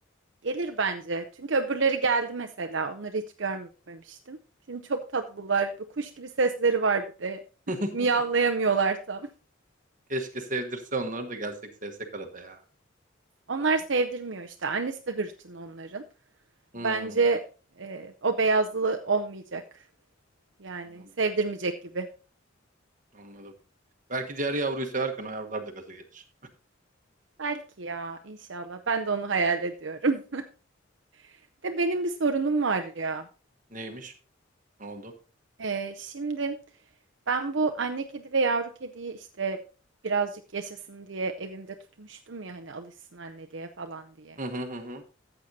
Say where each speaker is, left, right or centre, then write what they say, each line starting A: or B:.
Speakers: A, on the right (about 65°); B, on the right (about 40°).
A: Gelir bence. Çünkü öbürleri geldi mesela. Onları hiç görmemiştim. Şimdi çok tatlılar. Bu kuş gibi sesleri var bir de.
B: <laughs>
A: <laughs> Miyavlayamıyorlar tam.
B: Keşke sevdirse onları da gelsek sevsek arada ya.
A: Onlar sevdirmiyor işte. Annesi de hırçın onların.
B: Hmm.
A: Bence e, o beyazlı olmayacak. Yani
B: Anladım.
A: sevdirmeyecek gibi.
B: Anladım. Belki diğer yavruyu severken o yavrular da gaza gelir.
A: Belki ya inşallah. Ben de onu hayal ediyorum. <laughs> De benim bir sorunum var ya.
B: Neymiş? Ne oldu?
A: Ee, şimdi ben bu anne kedi ve yavru kediyi işte birazcık yaşasın diye evimde tutmuştum ya hani alışsın anneliğe falan diye.
B: Hı hı hı hı.